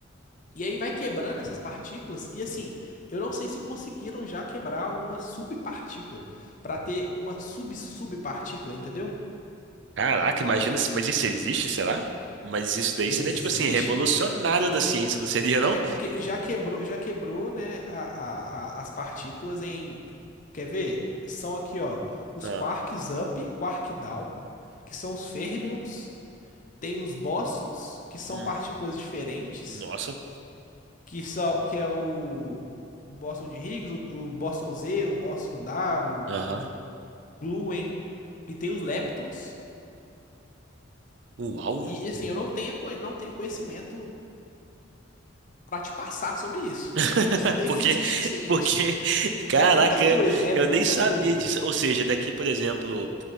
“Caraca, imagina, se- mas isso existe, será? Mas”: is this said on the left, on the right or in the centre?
Right